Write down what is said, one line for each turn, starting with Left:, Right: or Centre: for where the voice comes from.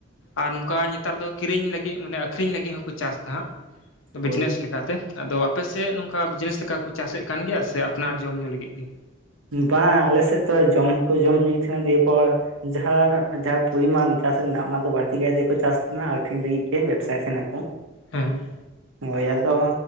Left: ᱟᱨ ᱱᱚᱝᱠᱟ ᱱᱮᱛᱟᱨ ᱫᱚ ᱠᱤᱨᱤᱧ ᱞᱟᱹᱜᱤᱫ ᱢᱟᱱᱮ ᱟᱠᱷᱨᱤᱧ ᱞᱟᱹᱜᱤᱫ ᱦᱚᱸᱠᱚ ᱪᱟᱥ ᱫᱟ ᱦᱟᱸᱜ᱾ ᱵᱤᱡᱽᱱᱮᱥ
Right: ᱦᱳᱭ
Left: ᱞᱮᱠᱟᱛᱮ ᱟᱫᱚ ᱟᱯᱮᱥᱮᱫ ᱱᱚᱝᱠᱟ ᱵᱤᱡᱽᱱᱮᱥ ᱞᱮᱠᱟ ᱠᱚ ᱪᱟᱥᱮᱫ ᱠᱟᱱ ᱜᱮᱭᱟ ᱥᱮ ᱟᱯᱱᱟᱨ ᱡᱚᱢ ᱧᱩ ᱞᱟᱹᱜᱤᱫ ᱜᱮ
Right: ᱵᱟᱝ ᱟᱞᱮᱥᱮᱫ ᱫᱚ ᱡᱚᱢ ᱦᱚᱸᱠᱚ ᱡᱚᱢ ᱧᱩᱭᱮᱫ ᱛᱟᱦᱮᱱᱟ ᱫᱤᱭᱮᱯᱚᱨ ᱡᱟᱦᱟᱸ ᱡᱟᱦᱟᱸ ᱯᱚᱨᱤᱢᱟᱱ ᱪᱟᱥ ᱨᱮᱱᱟᱜ ᱚᱱᱟ ᱫᱚ ᱵᱟᱹᱲᱛᱤ ᱠᱟᱭᱛᱮᱠᱚ ᱪᱟᱥ ᱛᱟᱦᱮᱱᱟ ᱟᱠᱷᱨᱤᱧ ᱞᱟᱹᱜᱤᱫ ᱜᱮ ᱵᱮᱵᱥᱟᱭ ᱛᱟᱦᱮᱱᱟᱠᱚ ᱠᱚ
Left: ᱦᱮᱸ
Right: ᱦᱳᱭ ᱟᱫᱚ